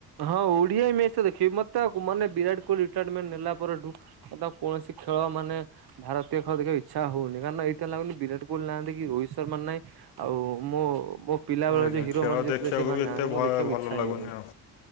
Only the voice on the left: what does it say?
ଆଜ୍ଞା
ଖେଳ
ଦେଖିବାକୁ
ବି ଏତେ
ଭ
ଭଲ
ଲାଗୁନି
ଆଉ।